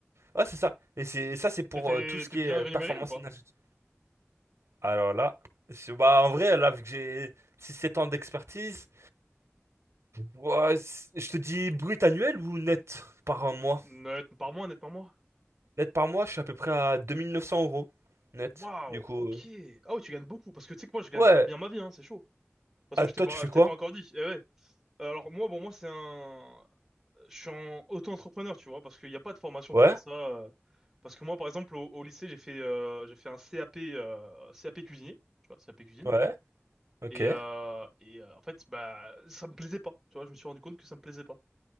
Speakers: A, on the right; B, in the centre.
A: Ouais, c'est ça. Et c'est ça, c'est pour
B: Et t'es
A: euh, tout ce
B: t'es
A: qui
B: bien
A: est euh,
B: rémunéré
A: performance
B: ou pas?
A: énergétique. Alors là, c'est- bah, en vrai, là, vu que j'ai 6-7 ans d'expertise, ouais, c'est- je te dis brut annuel ou net par mois?
B: Net par mois, net par mois.
A: Net par mois, je suis à peu près à 2900 euros net.
B: Waouh,
A: Du coup,
B: ok.
A: euh,
B: Ah ouais, tu gagnes beaucoup. Parce que tu sais que moi, je gagne
A: ouais.
B: pas bien ma vie, hein, c'est chaud. Parce
A: Ah,
B: que je
A: toi,
B: t'ai pas,
A: tu fais
B: je
A: quoi?
B: t'ai pas encore dit. Eh ouais. Euh, Alors moi, bon, moi, c'est un... Je suis en auto-entrepreneur, tu vois, parce qu'il n'y a pas de formation
A: Ouais,
B: pour faire ça. euh. Parce que moi, par exemple, au, au lycée, j'ai fait, euh, j'ai fait un CAP, euh, CAP cuisinier, tu vois, CAP cuisine.
A: ouais, ok.
B: Et, euh, et euh, en fait, bah, ça me plaisait pas. Tu vois, je me suis rendu compte que ça me plaisait pas.